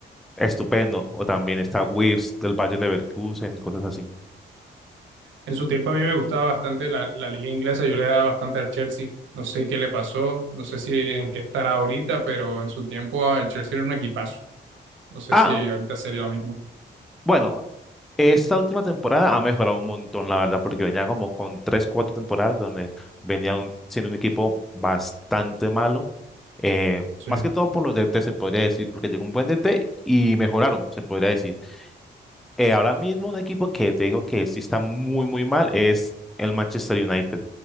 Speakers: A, in the centre; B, on the right (about 85°).
A: estupendo. O también está Wirtz del Bayern Leverkusen y cosas así.
B: En su tiempo a mí me gustaba bastante la, la liga inglesa, yo le daba bastante al Chelsea. No sé qué le pasó, no sé si en qué estará ahorita, pero en su tiempo el Chelsea era un equipazo. No sé
A: Ah,
B: si ahorita sería lo mismo.
A: bueno, Esta última temporada ha mejorado un montón, la verdad, porque venía como con tres, cuatro temporadas donde venía un- siendo un equipo bastante malo. eh,
B: Sí.
A: más que todo por los DT, se podría decir, porque llegó un buen DT y mejoraron, se podría decir. Eh, ahora mismo un equipo que te digo que sí está muy, muy mal es el Manchester United.